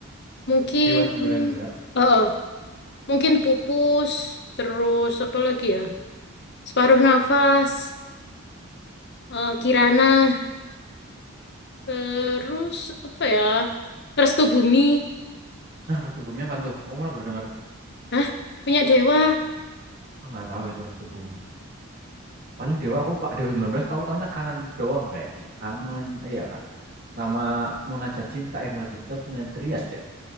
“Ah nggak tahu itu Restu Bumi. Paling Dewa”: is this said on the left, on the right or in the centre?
Right